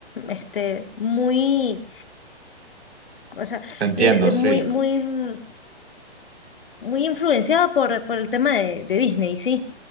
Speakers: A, on the left; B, on the right.
A: este, muy, o sea,
B: Te entiendo,
A: le-
B: sí,
A: muy, muy, mm, muy influenciada por, por el tema de, de Disney, ¿sí?